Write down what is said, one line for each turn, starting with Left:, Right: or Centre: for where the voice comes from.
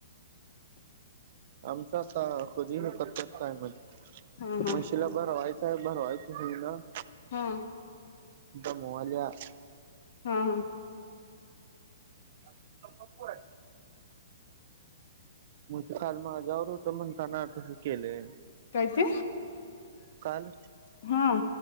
Right: आमच्या आता <unintelligible>
Left: हा हा
Right: मशीला बरंवाय भरवसा आहे भरवायचं होईना <unintelligible>
Left: हम्
Right: दमवाल्या <unintelligible>
Left: हा हा
Right: <unintelligible> मग ते काल माझ्यावर होत म्हणताना तसं केलंय
Left: काय ते
Right: काल
Left: हा